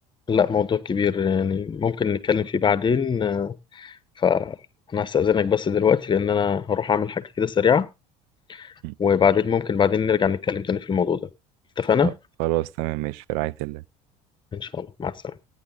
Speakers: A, on the left; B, on the right.
A: لا موضوع كبير يعني ممكن نتكلم فيه بعدين آه، فأنا هستأذنك بس دلوقتي لأن أنا هروح أعمل حاجة كده سريعة
B: مم.
A: وبعدين ممكن بعدين نرجع نتكلم تاني في الموضوع ده اتفقنا؟
B: خ- خلاص تمام ماشي في رعاية الله
A: إن شاء الله مع السلامة